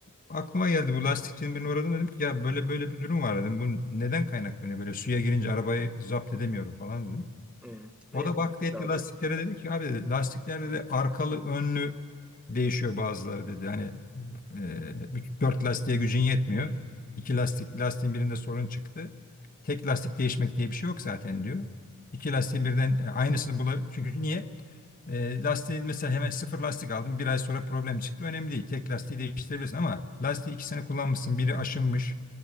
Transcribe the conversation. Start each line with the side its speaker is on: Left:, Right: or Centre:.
Left: aklıma geldi bu lastikçinin birini uğradım dedim ki ya böyle böyle bir durum var dedim. Bu neden kaynaklanıyor böyle suya girince arabayı zapt edemiyorum falan
Centre: Hmm. Ne
Left: O da
Centre: bileyim
Left: baktı etti
Centre: abi.
Left: lastiklere dedi ki abi dedi, lastiklerde de arkalı önlü değişiyor bazıları dedi. Hani e, bütün dört lastiğe gücün yetmiyor. İki lastik lastiğin birinde sorun çıktı. Tek lastik değişmek diye bir şey yok zaten diyor. İki lastiğin birden e, aynısını bulabilir. Çünkü niye? E, lastiği mesela hemen sıfır lastik aldım Bir ay sonra problem çıktı. Önemli değil. Tek lastiği değiştirebilirsin ama lastiği iki sene kullanmışsın. Biri aşınmış.